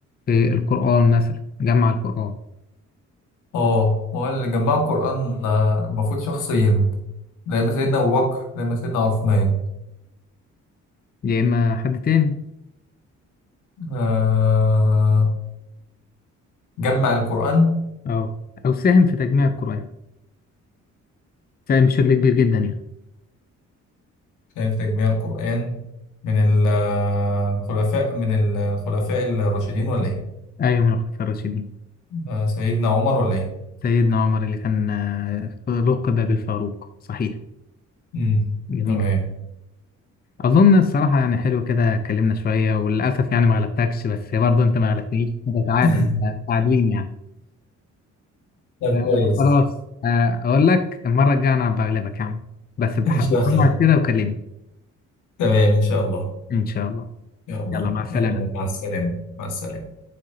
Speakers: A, on the left; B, on the left.
A: في القرآن مثلا جمع القرآن
B: آه ما هو اللي جمعوا القرآن آه، المفروض شخصين لما سيدنا أبو بكر لما سيدنا عثمان
A: يا إما حد تاني
B: آه... جمع القرآن
A: أو أو ساهم في تجميع القرآن ساهم بشكل كبير جدا يعني
B: كان في تجميع القرآن من ال- آه، الخلفاء من ال- الخلفاء الراشدين ولا إيه؟
A: أيوة من الخلفاء الراشدين
B: آه، سيدنا عمر ولا إيه؟
A: سيدنا عمر اللي كان آه لقب بالفاروق صحيح
B: مم،
A: جميل
B: تمام
A: اظن الصراحه يعني حلو كده اتكلمنا شويه وللاسف يعني ما غلبتكش بس برضه انت ما غلبتنيش ده تعادل
B: <laughs>
A: متعادلين يعني
B: طيب
A: آه
B: كويس
A: خلاص آه اقول لك المره الجايه انا بغلبك يا عم بس بحدد
B: ان شاء
A: موعد
B: الله
A: كده وكلمني
B: تمام ان شاء الله
A: ان شاء الله
B: يلا
A: يلا مع السلامه
B: يلا مع السلامة مع السلامة